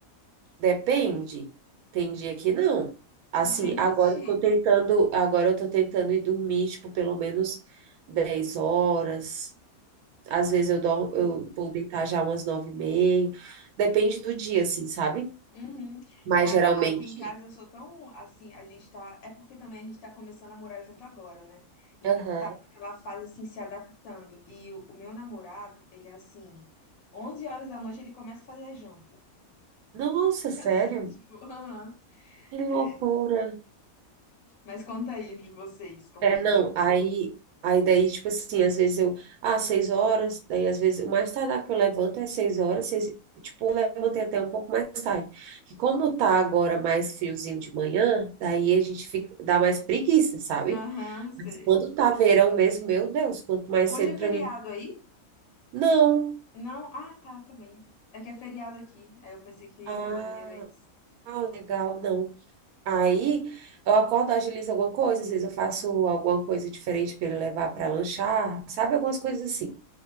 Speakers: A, on the right; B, on the left.
A: Depende. Tem dia que não. Assim,
B: Gente,
A: agora eu tô tentando, agora eu tô tentando ir dormir, tipo, pelo menos 10 horas. Às vezes eu, dou,
B: Sim.
A: eu vou deitar já umas 9 e meia. Depende do dia, assim, sabe?
B: uhum.
A: Mas
B: Cara,
A: geralmente.
B: aqui em casa eu sou tão assim, a gente tá. É porque também a gente tá começando a morar junto agora, né? Então
A: Aham.
B: tá naquela fase assim, se adaptando. E o, o meu namorado, ele é assim, 11 horas da noite ele começa a fazer a janta. <laughs>
A: Nossa, sério?
B: Assim, tipo, aham.
A: Que
B: É.
A: loucura.
B: Mas conta aí de vocês, como
A: É,
B: que
A: não,
B: é?
A: aí, aí daí, tipo assim, às vezes eu, ah, seis horas, daí às vezes, o mais tardar que eu levanto é seis horas, seis, tipo, eu levantei até um pouco mais tarde. Que como tá agora mais friozinho de manhã, daí a gente fica, dá mais preguiça, sabe?
B: Aham, sei.
A: Mas quando tá verão mesmo, meu Deus, quanto mais
B: Hoje
A: cedo
B: é
A: pra
B: feriado
A: mim.
B: aí?
A: Não.
B: Não? Ah, tá, também. É que é feriado aqui. Aí eu pensei que
A: Ah,
B: também era isso.
A: ah, legal, não. Aí eu acordo, agilizo alguma coisa, às vezes eu faço alguma coisa diferente para ele levar para lanchar, sabe? Algumas coisas assim.